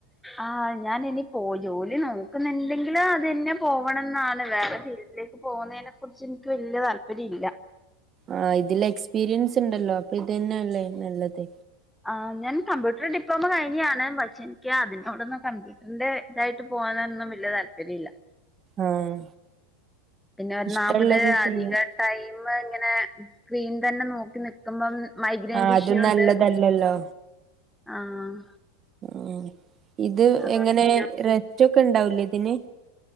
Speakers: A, in the centre; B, on the right.
A: ആഹ് ഞാനിനിപോ ജോലി- നോക്കുന്നില്ലെങ്കില്അതന്നെ- പോവണംന്നാണ് വേറെവില്- പോകുന്നയിനെ കുറിച്ച്ഇനിക്ക് വല്ല്യതാല്പര്യംഇല്ല.
B: ആഹ് ഇതില്എക്സ്പീരിയൻസ്ണ്ടല്ലോ, അപ്പോ ഇത് ന്നെല്ലേനല്ലത്.
A: ആഹ്ഞാൻകമ്പ്യൂട്ടർഡി്പ്ലോമ കഴിഞ്ഞാണ്പഷേ, ഇനിക്ക്അതിനോടൊന്ന- കമ്പ്യൂട്ടറിന്റെതായിട്ട്- പോകാനൊന്നുംവലിയതാല്പര്യല്ല്യ.
B: ആഹ്.
A: പിന്നൊന്നാമത്
B: ഇഷ്ടള്ളത്
A: അധികടൈം
B: ചെയ്യാം
A: ഇങ്ങനെസ്ക്രീൻതന്നെനോക്കിന- നക്കുമ്പംമൈഗ്രന്റെ
B: ആഹ് അതും
A: ഇഷ്യൂണ്ട്.
B: നല്ലതല്ലല്ലോ
A: ആഹ്..
B: ഉം ഇത്എങ്ങനെ?
A: അതുകൊണ്ട് പിന്നെ
B: റെസ്റ്റോക്കെ ഇണ്ടാവൂലതിന്.